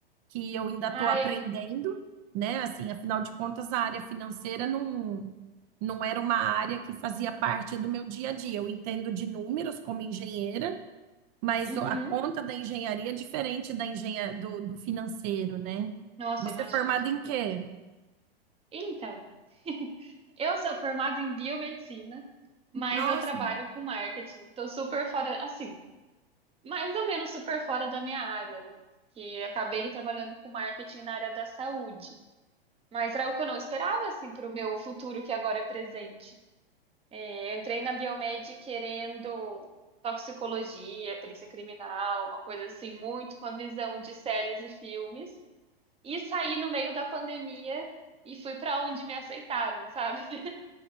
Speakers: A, on the right (about 40°); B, on the right (about 20°).
A: que eu ainda estou
B: Ah,
A: aprendendo,
B: é.
A: né? Assim, afinal de contas, a área financeira não, não era uma área que fazia parte do meu dia a dia. Eu entendo de números como engenheira mas
B: Uhum.
A: o- a conta da engenharia é diferente da engenha do, do financeiro, né?
B: Nossa,
A: Você
B: eu imagino.
A: é formado em quê?
B: Sim. Então, <laughs> eu sou formada em biomedicina, mas
A: Nossa,
B: eu trabalho com marketing. Estou super fora, assim, mais ou menos super fora da minha área, né? Que acabei trabalhando com marketing na área da saúde. Mas era o que eu não esperava, assim, para o meu futuro, que agora é presente. Eu entrei na Biomed querendo toxicologia, perícia criminal, uma coisa assim, muito com a visão de séries e filmes. E saí no meio da pandemia e fui para onde me aceitaram, sabe?